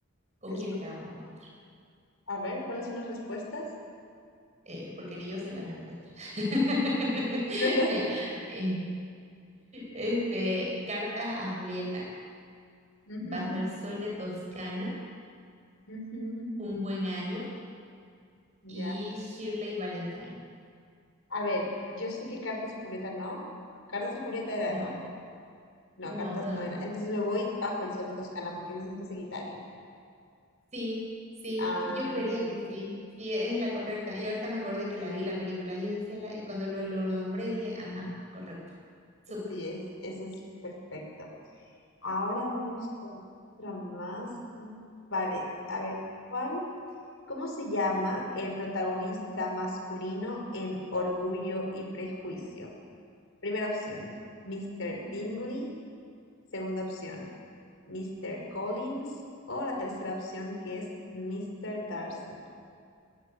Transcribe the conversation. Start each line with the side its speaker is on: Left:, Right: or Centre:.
Right: o
Left: es
Right: quieres
Left: bu-
Right: que hagamos otra?
Left: A ver, ¿cuáles son las respuestas?
Right: Eh, porque ni yo sé la respuesta. <laughs>
Left: <laughs> No sé.
Right: Ya. eh, este, cartas a Julieta,
Left: Ujú,
Right: Bajo el sol de Toscana,
Left: ujú,
Right: Un buen año
Left: Ya.
Right: y Shirley Valentine.
Left: A ver, yo sé que cartas a Julieta no. Cartas a Julieta era,
Right: No,
Left: ¿no? No,
Right: no,
Left: cartas
Right: ajá.
Left: no era. Entonces me voy bajo el sol de Toscana porque dices que es en Italia.
Right: Sí, sí,
Left: Ah,
Right: cre- yo creería
Left: ok.
Right: que sí. Sí, es la correcta. Y ahorita me acordé que la vi la película. Y Yo decía, la- y cuando lo, lo nombré dije, ajá, correcto. Súper.
Left: Sí, es, eso es perfecto. Ahora vamos con otra más. Mm, Vale, a ver, ¿cuál? ¿Cómo se llama el protagonista masculino en Orgullo y Prejuicio? Primera opción, Mr. Bingley. Segunda opción, Mr. Collins. O la tercera opción que es Mr. Darcy.